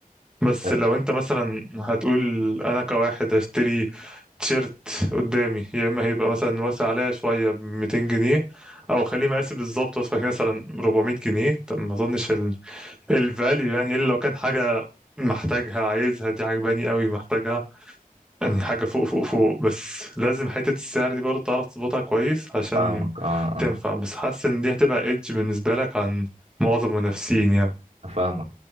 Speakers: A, in the centre; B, on the right.
A: بس
B: آه، آه،
A: لو انت مثلا هتقول انا كواحد هشتري تيشيرت قدامي يا اما هيبقى مثلا واسع عليا شويه ب 200 جنيه او اخليه مقاسي بالظبط واسع فيه مثلا 400 جنيه طب ما اظنش ال... الفاليو يعني الا لو كان حاجه محتاجها عايزها دي عجباني قوي محتاجها يعني حاجه فوق فوق فوق بس لازم حته السعر دي برضه تعرف تظبطها كويس عشان
B: فاهمك اه اه
A: تنفع بس حاسس ان دي هتبقى ايدج بالنسبه لك عن معظم المنافسين يعني
B: فاهمك